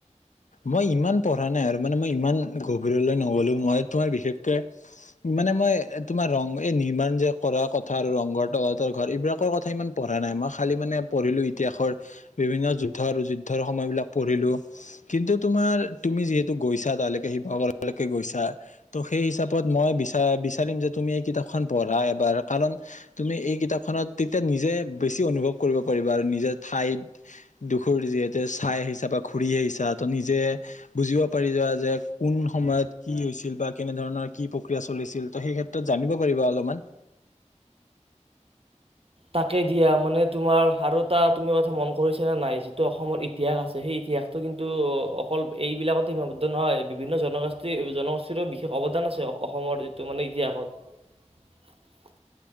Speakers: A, on the left; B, on the right.
A: মই ইমান পঢ়া নাই আৰু মানে মই ইমান গভীৰলৈ নগলো মই তোমাৰ বিশেষকে, মানে মই তোমাৰ ৰং এই নিৰ্মাণ যে কৰা কথা আৰু ৰংঘৰ, তলাতৰ ঘৰ, এইবিলাকৰ কথা ইমান পঢ়া নাই, মই খালি মানে পঢ়িলো ইতিহাসৰ বিভিন্ন যুদ্ধ আৰু যুদ্ধৰ সময় বিলাক পঢ়িলো কিন্তু তোমাৰ, তুমি যিহেতু গৈছা তালৈকে শিৱসাগৰলৈকে গৈছা, ত' সেই হিচাপত মই বিচ বিচাৰিম যে তুমি এই কিতাপখন পঢ়া এবাৰ কাৰণ তুমি এই কিতাপখনত তেতিয়া নিজে বেছি অনুভৱ কৰিব পাৰিবা আৰু নিজে ঠাইত, দুখ যিহেতু চাই আহিছা বা ঘূৰি আহিছা ত নিজে বুজিব পাৰি যোৱা যে কোন সময়ত কি হৈছিল বা কেনে ধৰণৰ কি প্ৰক্ৰিয়া চলিছিল ত সেই ক্ষেত্ৰত জানিব পাৰিবা অলপমান।
B: তাকে দিয়া মানে তোমাৰ আৰু এটা তুমি কথা মন কৰিছা নে নাই যিটো অসমৰ ইতিহাস আছে সেই ইতিহাসটো কিন্তু অকল এইবিলাকতে সীমাবদ্ধ নহয়, বিভিন্ন জনগোষ্ঠী জনগোষ্ঠীৰো বিশেষ অৱদান আছে অসমৰ যিটো মানে ইতিহাসত